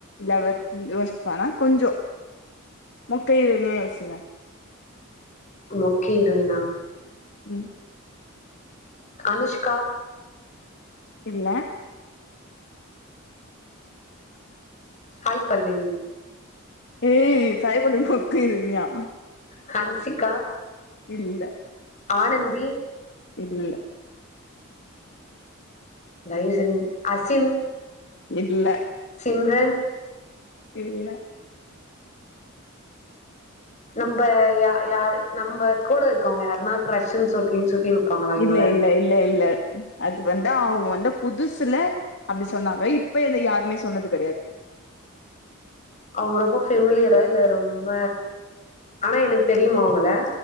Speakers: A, on the left; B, on the left.
A: லெவல் <unintelligible> ஆனா கொஞ்சோ <unintelligible>
B: மொக்க ஹீரோயினா
A: ம்
B: அனுஷ்கா
A: இல்ல
B: சாய் பல்லவி
A: ஏய் சாய்பல்லவி மொக்க ஹீரோயினியா
B: ஹன்சிகா
A: இல்ல
B: ஆனந்தி
A: இல்ல
B: டைசன் அசின்
A: இல்ல
B: சிந்தன்
A: இல்ல
B: நம்ப யா யா நம்ப கூட இருக்கவ்ங்க யாருனா க்ரஷ்ன் சொல்லி சுத்தி இருப்பாங்களா இவங்கள
A: இல்ல இல்ல இல்ல இல்ல அது வந்து அவுங்க வந்து புதுசுல அப்டி சொன்னாங்க இப்ப அத யாருமே சொன்னது கெடையாது
B: அவங்க ரொம்ப ஃபெமிலியரா இல்ல ரொம்ப ஆனா எனக்கு தெரியுமா அவுங்கள